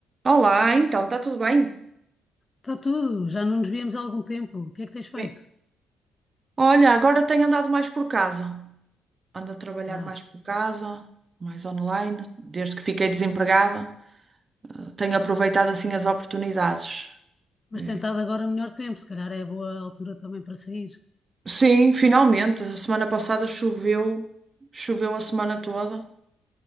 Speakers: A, on the right; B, on the left.
A: Olá, então, está tudo bem?
B: Está tudo, já não nos víamos há algum tempo. O que é que tens feito?
A: Bem, Olha, agora tenho andado mais por casa. Ando a trabalhar
B: Ah,
A: mais por casa, mais online, desde que fiquei desempregada. Tenho aproveitado assim as oportunidades.
B: mas
A: E-
B: tem estado agora melhor tempo, se calhar é boa altura também para sair.
A: Sim, finalmente. A semana passada choveu, choveu a semana toda,